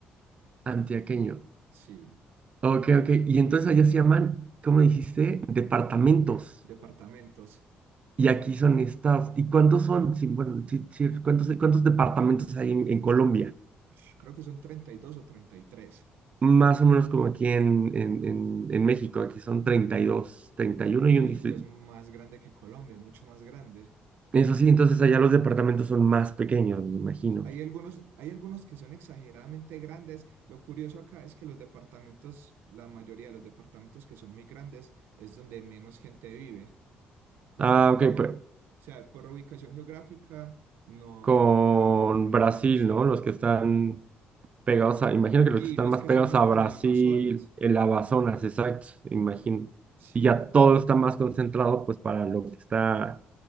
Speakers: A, on the right; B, on the right.
A: Antioqueño.
B: Sí,
A: Ok, ok. Y entonces allá se llaman, ¿cómo dijiste? Departamentos.
B: departamentos.
A: Y aquí son estados. ¿Y cuántos son? Sí, bueno, sí, sí, ¿cuántos, cuántos departamentos hay en, en Colombia?
B: Sh, Creo que son 32 o 33,
A: Más o menos como aquí en, en, en, en México. Aquí son 32, 31
B: pero
A: y
B: México
A: uno y un distrito.
B: es más grande que Colombia, es mucho más grande.
A: Eso sí, entonces allá los departamentos son más pequeños, me imagino.
B: Hay algunos, hay algunos que son exageradamente grandes. Lo curioso acá es que los departamentos, la mayoría de los departamentos que son muy grandes, es donde menos gente vive, porque
A: Ah,
B: son
A: ok,
B: como,
A: pero
B: o sea, por ubicación geográfica no
A: con
B: hay tanta mm,
A: Brasil,
B: población.
A: ¿no? Los que están pegados a, imagino que los
B: Sí,
A: que están
B: los
A: más
B: que
A: pegados
B: son más
A: a
B: por
A: Brasil,
B: el Amazonas.
A: el Amazonas, exacto, imagino.
B: Sí,
A: Y ya todo está más concentrado, pues, para lo que está,